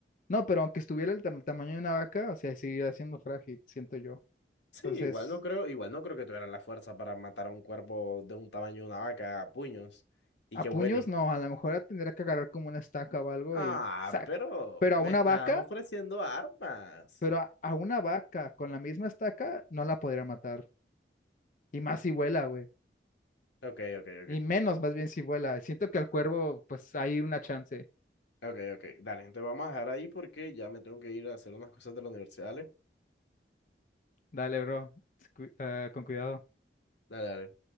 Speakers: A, on the left; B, on the left.
A: No, pero aunque estuviera el, tam- tamaño de una vaca, o sea, seguiría siendo frágil, siento yo.
B: Sí,
A: Entonces,
B: igual no creo, igual no creo que tuvieran la fuerza para matar a un cuerpo de un tamaño de una vaca a puños y
A: a
B: que
A: puños
B: huele.
A: no, a lo mejor la tendría que agarrar como una estaca o algo
B: Ah,
A: y ¡sac!
B: pero
A: Pero
B: me
A: a una
B: estás
A: vaca,
B: ofreciendo armas.
A: pero a, a una vaca con la misma estaca no la podría matar. Y más si vuela, güey.
B: Ok, ok, ok.
A: Y menos, más bien si vuela. Siento que al cuervo, pues hay una chance.
B: Ok, ok. Dale, entonces vamos a dejar ahí porque ya me tengo que ir a hacer unas cosas de la universidad. Dale,
A: Dale, bro. Cu- ah, con cuidado.
B: dale. dale.